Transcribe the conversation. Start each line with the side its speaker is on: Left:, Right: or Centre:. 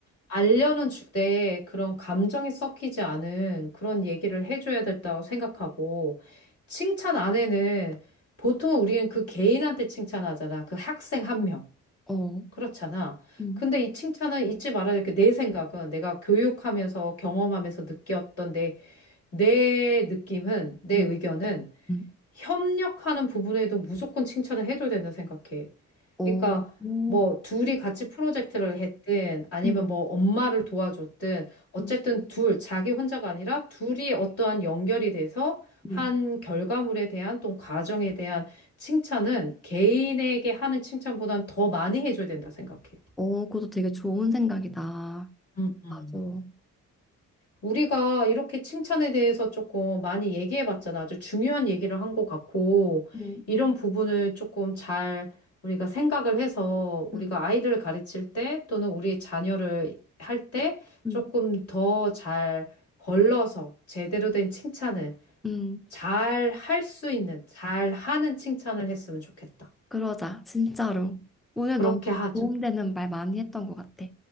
Left: 알려는 주되 그런 감정이 섞이지 않은 그런 얘기를 해줘야 된다고 생각하고 칭찬 안에는 보통 우리는 그 개인한테 칭찬하잖아. 그 학생 한 명.
Centre: 어,
Left: 그렇잖아.
Centre: 음,
Left: 근데 이 칭찬은 잊지 말아야 될 게 내 생각은 내가 교육하면서 경험하면서 느꼈던 내, 내 느낌은, 내
Centre: 음,
Left: 의견은
Centre: 음.
Left: 협력하는 부분에도 무조건 칭찬을 해줘야 된다 생각해.
Centre: 어,
Left: 그러니까
Centre: 오,
Left: 뭐 둘이 같이 프로젝트를 했든 아니면
Centre: 음,
Left: 뭐 엄마를 도와줬든 어쨌든
Centre: 음,
Left: 둘, 자기 혼자가 아니라 둘이 어떠한 연결이 돼서 한
Centre: 음.
Left: 결과물에 대한 또 과정에 대한 칭찬은 개인에게 하는 칭찬보단 더 많이 해줘야 된다 생각해.
Centre: 어, 그것도 되게 좋은 생각이다.
Left: 음, 음.
Centre: 맞아.
Left: 우리가 이렇게 칭찬에 대해서 조금 많이 얘기해 봤잖아. 아주 중요한 얘기를 한 것 같고,
Centre: 음,
Left: 이런 부분을 조금 잘 우리가 생각을 해서 우리가
Centre: 음,
Left: 아이들을 가르칠 때 또는 우리 자녀를 할 때
Centre: 음,
Left: 조금 더 잘 걸러서 제대로 된 칭찬을
Centre: 음.
Left: 잘 할 수 있는, 잘 하는 칭찬을 했으면 좋겠다.
Centre: 그러자, 진짜로. 오늘
Left: 그렇게
Centre: 너무
Left: 하자.
Centre: 도움되는 말 많이 했던 것 같아.